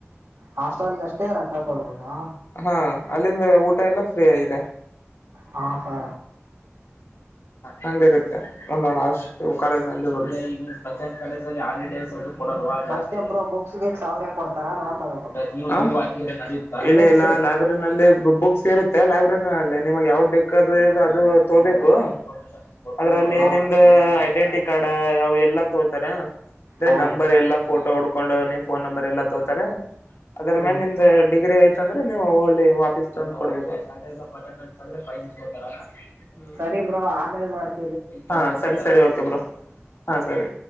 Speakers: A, on the right; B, on the left.
A: ಹಾಸ್ಟೆಲ್ಗಷ್ಟೇ ರೊಕ್ಕ ಕೊಡ್ಬೇಕಾ.
B: ಹಾಂ ಅಲ್ಲಿಂದ ಊಟ ಎಲ್ಲಾ ಫ್ರೀ ಆಗಿದೆ.
A: ಹಾಂ ಹಾ
B: ಹಂಗಿರುತ್ತ. ನ ನಾನ ಅಷ್ಟು ಕೆಟ್. <unintelligible> ಕೊಡಲ್ವಾ ಜಾಸ್ತಿ
A: ಮತ್ತೆ ಬ್ರೋ ಬುಕ್ಸ್ ಗಿಕ್ಸ್ ಅವ್ರೇ ಕೊಡ್ತಾರ ನಾವ್ ತಗೋಬೇಕ
B: ನೀ ಹಾಂ ಹಾಕಿದ್ರೆ ನಡಿಯುತ್ತಾ. ಇಲ್ಲ
A: ಬುಕ್ಸ್
B: ಇಲ್ಲ ಲೈಬ್ರರಿನಲ್ಲಿ ಬುಕ್ಸ್ ಇರುತ್ತೆ ಲೈಬ್ರರಿನಲ್ಲಿ ನಿಮಗೆ ಯಾವ್ದು ಬೇಕದು ಇದು ಅದು. ತೋಬೇಕು ಅದ್ರಲ್ಲಿ
A: ಹಾ
B: ನಿಮ್ದ. ಐಡೆಂಟಿ ಕಾರ್ಡ್ ಅವ ಎಲ್ಲಾ ತೋತಾರ. ಅಂದ್ರೆ
A: ಹಾ
B: ನಂಬರ್
A: ಬ್ರೋ
B: ಎಲ್ಲಾ ಫೋಟೋ ಉಡ್ಕೊಂಡು ನೀಮ್ ಫೋನ್ ನಂಬರ್ ಎಲ್ಲಾ ತೋತಾರ. ಅದ್ರ ಮ್ಯಾಲೆ
A: ಹ್ಮ್
B: ನಿಮ್ದ್ ಡಿಗ್ರಿ ಆಯ್ತ ಅಂದ್ರೆ ನೀವು ಹೊಳ್ಳಿ. ವಾಪೀಸ್ ತಂದ ಕೊಡ್ಬೇಕು <unintelligible> ಹ್ಮ್.
A: ರಿ ಬ್ರೋ ಆಮೇಲ್ ಮಾಡ್.
B: ಹಾಂ ಸರಿ ಸರಿ ಓಕೆ ಬ್ರೋ ಹಾಂ ಸರಿ.